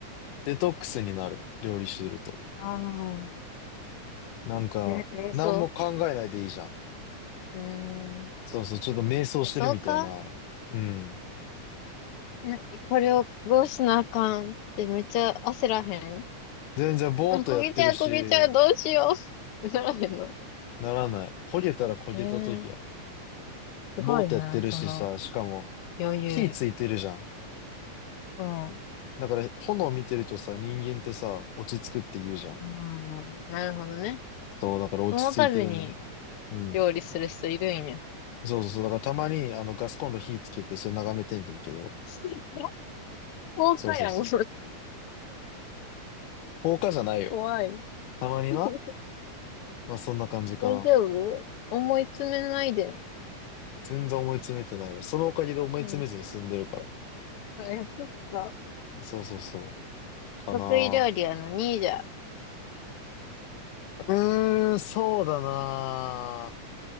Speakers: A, on the left (about 85°); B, on the left (about 70°).
A: デトックスになる。料理してると。
B: あー、
A: なんか、
B: ね、瞑想
A: 何も考えないでいいじゃん。
B: うーん。
A: そうそう、ちょっと瞑想してるみたいな。
B: えそうか
A: うん。
B: ねこれをどうしなあかんってめっちゃ焦らへん
A: 全然ぼーっとやってるし、
B: あ焦げちゃう、焦げちゃう、どうしよう。<laughs> ならへんの。
A: ならない。焦げたら焦げた時
B: ねえ、すごいな、
A: ボーってやってるしさ、
B: その
A: しかも
B: 余裕。
A: 火ついてるじゃん。
B: うん。う
A: だから炎見てるとさ、人間ってさ、落ち着くって言うじゃん。
B: ん。なるほどね。
A: そう、だから落ち着いてるね。
B: そのために
A: うん。
B: 料理する人いるんや。
A: そうそうそう。だからたまにあのガスコンロ火つけて、それ眺めてんけんけど。
B: <laughs> 高価やん、
A: そうそうそう。
B: もうん
A: 放火じゃないよ。
B: 怖い。
A: たまにな。
B: <laughs>
A: まあそんな感じかな。
B: 大丈夫思い詰めないでね。
A: 全然思い詰めてないよ。そのおかげで思い詰めずに済んでるから。
B: あよかった。よかった。
A: そうそうそう。かな。
B: 得意料理は何じゃ
A: うーん、そうだな。